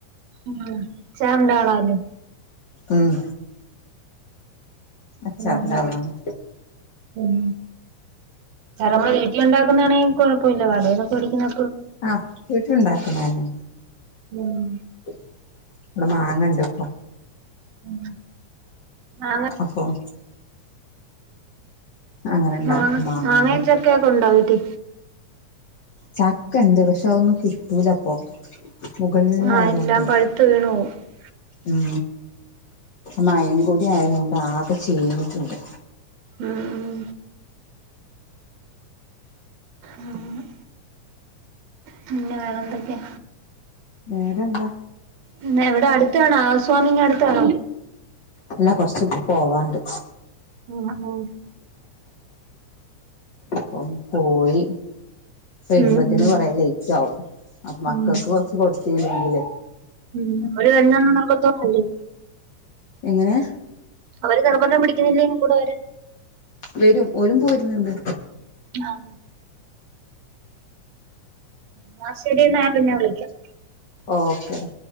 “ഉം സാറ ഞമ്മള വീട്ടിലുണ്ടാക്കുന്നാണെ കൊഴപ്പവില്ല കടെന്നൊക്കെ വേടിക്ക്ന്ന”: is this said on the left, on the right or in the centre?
Right